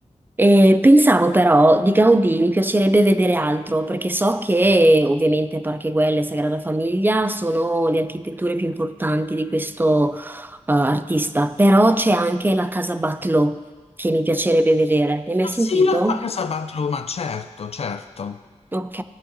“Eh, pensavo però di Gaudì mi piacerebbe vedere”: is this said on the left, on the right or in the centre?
Right